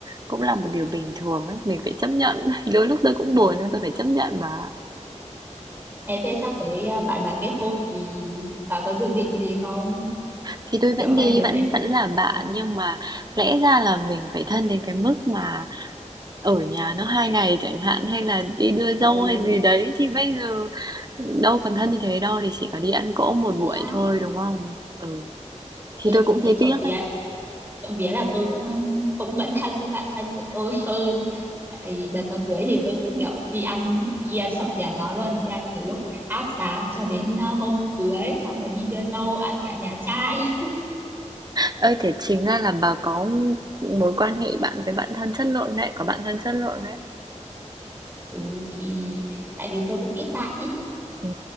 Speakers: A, on the right; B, on the right.
A: cũng là một điều bình thường ấy, mình phải chấp nhận. <laughs> Đôi lúc tôi cũng buồn nhưng tôi phải chấp nhận mà.
B: Thế thế sắp tới à, bạn đã kết hôn thì bà có dự định gì không
A: Thì tôi
B: kiểu
A: vẫn
B: hai
A: đi,
B: đứa
A: vẫn
B: sẽ đi
A: vẫn là bạn
B: ờ
A: nhưng mà lẽ ra là mình phải thân đến cái mức mà ở nhà nó hai ngày chẳng hạn hay là đi đưa dâu
B: ồ
A: hay gì đấy thì bây giờ đâu còn thân như thế đâu thì chỉ có đi ăn cỗ một buổi
B: thế á
A: thôi đúng không? Ừ thì
B: Ê,
A: tôi cũng thấy
B: thế trộm
A: tiếc
B: vía
A: đấy.
B: trộm vía là tôi cũng cũng vẫn thân với bạn thân của tôi <laughs> hơn Ấy, đợt nó cưới thì tôi cũng kiểu đi ăn đi ăn sập nhà nó luôn đi ăn từ lúc áp giá cho đến à, hôm cưới xong rồi đi đưa dâu ăn cả nhà trai
A: Ơi thế chính ra là bà có mối quan hệ bạn với bạn thân chất lượng đấy, có bạn thân chất lượng đấy.
B: <laughs> ừ, thì tại vì tôi cũng ít bạn ấy
A: Ừ.